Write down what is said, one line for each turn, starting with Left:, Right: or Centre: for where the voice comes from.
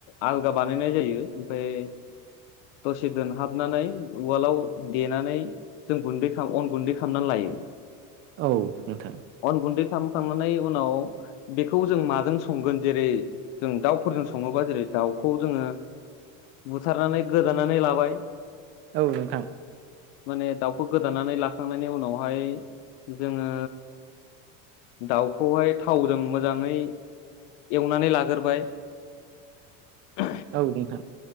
Left: आलागा बानायनाय जायो ओमफ्राय दसे दोनहाबनानै उवालाव देनानै जों गुन्दै खालाम अन गुन्दै खालामना लायो।
Right: औ नोंथां
Left: अन गुन्दै खालामखांनानै उनाव बेखौ जों माजों संगोन जेरै जों दाउफोरजों सङोबा जेरै दाउखौ जोङो बुथारनानै गोदानानै लाबाय
Right: औ नोंथां
Left: माने दाउखौ गोदानानै लाखांनायनि उनावहाय जोङो दाउखौहाय थावजों मोजाङै एवनानै लाग्रोबाय। <unintelligible>
Right: औ नोंथां।